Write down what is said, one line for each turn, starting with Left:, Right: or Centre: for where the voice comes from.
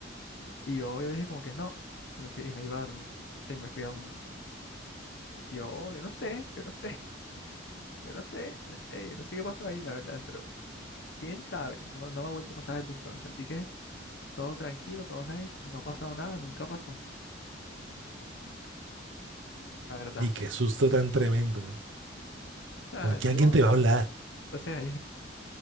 Left: Y yo, yo dije como que no, y me fui, y me iba a dormir. Sí, me fui a dormir. Yo, yo no sé, yo no sé, <laughs> yo no sé, yo no sé, yo no sé qué pasó ahí, la verdad, pero quién sabe, no, no me ha vuelto a pasar desde entonces. Así que todo tranquilo, todo nice, no ha pasado nada, nunca pasó, la verdad.
Right: Y qué susto tan tremendo, ¿eh?
Left: O sea,
Right: ¿Cómo que
Left: yo,
Right: alguien te va a hablar?
Left: o sea, <laughs> yo-